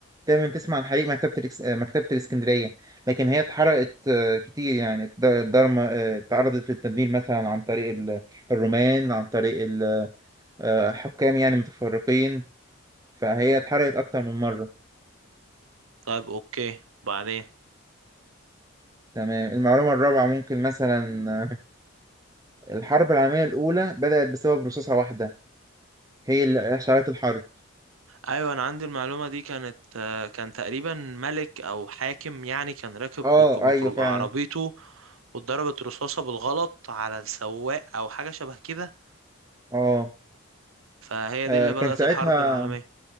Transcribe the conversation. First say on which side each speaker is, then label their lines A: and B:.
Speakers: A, on the right (about 15°); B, on the right (about 70°).
A: دايما تسمع عن حريق مكتبة الإكس... آه، مكتبة الإسكندرية لكن هي اتحرقت آه كتير يعني الضرمة آه تعرضت للتدمير مثلا عن طريق ال- الرومان عن طريق ال- آه، حكام يعني متفرقين فهي اتحرقت أكتر من مرة
B: طيب اوكي بعدين
A: تمام المعلومة الرابعة ممكن مثلا آه، الحرب العالمية الأولى بدأت بسبب رصاصة واحدة هي اللي أشعلت الحرب
B: ايوه انا عندي المعلومه دي كانت آه، كان تقريبا ملك او حاكم يعني كان راكب
A: اه
B: وك- ميكرو-
A: أيوه فعلا
B: عربيته واتضربت رصاصه بالغلط على السواق او حاجه شبه كده
A: اه
B: فهي
A: آه،
B: دي اللي
A: كان
B: بدأت
A: ساعتها
B: الحرب العالميه